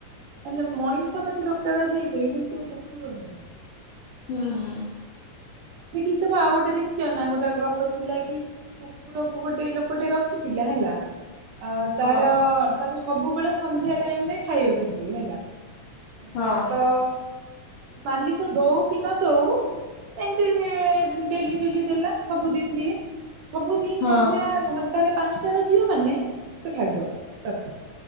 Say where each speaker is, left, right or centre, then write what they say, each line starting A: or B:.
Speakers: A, on the right; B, on the left.
A: ମାନେ ମଣିଷ ପଛକେ ଦୋକାବାଜ୍ ହେଇପାରିବ କିନ୍ତୁ କୁକୁର ନୁହେଁ।
B: ହୁଁ।
A: ଦେଖିଚପା ଆଉ ଗୋଟେ ଦେଖିଚ ନା ଗୋଟେ ଗପ ଥିଲା କି କୁକୁରକୁ ଗୋଟେ ଲୋକଟେ ରଖିଥିଲା ହେଲା। ଆ
B: ହଁ
A: ତାର ତାକୁ ସବୁବେଳେ ସନ୍ଧ୍ୟା ଟାଇମରେ ଖାଇବାକୁ ଦିଏ ହେଲା। ଏ
B: ହଁ
A: ତ ମାଲିକ ଦଉ କି ନ ଦଉ ଏମିତି ଡେଲି ଡେଲି ଦେଲା ସବୁଦିନ ଦିଏ ସବୁଦିନ
B: ହଁ
A: ସନ୍ଧ୍ୟା ଘ ଘଣ୍ଟା ରେ ପାଞ୍ଚଟା ବାଯିବ ମାନେ ସେ ଖାଇବାକୁ ଦବ ତାକୁ।